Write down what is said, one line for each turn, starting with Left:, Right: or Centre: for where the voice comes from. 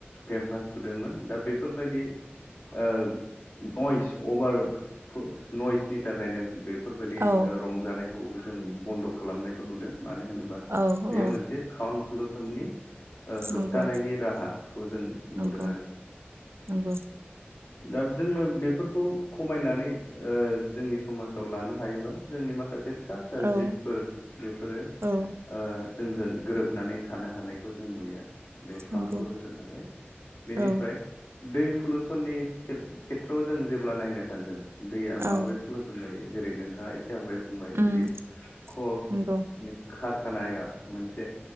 Left: फेम्फा सुदोंमोन दा बेफोरबायदि ओ नइस अभार <unintelligible> नइसनि थाखायनो बेफोरबायदि
Right: औ
Left: ओ रंजानायखौ जों बन्द' खालामनायखौ नुदों मानो होनोबा
Right: औ
Left: बेयो
Right: औ
Left: मोनसे साउन्ड पलुसननि ओ होबथानायनि
Right: नंगौ
Left: राहाखौ जों
Right: नंगौ
Left: नुदों आरो।
Right: नंगौ
Left: दा जोङो बेफोरखौ खमायनानै ओ जोंनि समाजाव लानो हायोबा जोंनि माखासे फिसा फिसा
Right: औ
Left: जिबफोर बेफोरो ओ
Right: औ
Left: जोंजों गोरोब नानै थानो हानायखौ जों नुयो बे साउन्ड
Right: नंगौ
Left: पलुसन थाखाय बेनिफ्राय
Right: औ
Left: दै पलुसननि खेथ-खेथ्रआव जों जेब्ला नायनो थांगोन दैया
Right: औ
Left: माबोरै पलुसन जायो जेरै नोंथाङा एसे आवगायाव बुंबाय
Right: उम
Left: गिदिद खर
Right: नंगौ
Left: खार खानाया मोनसे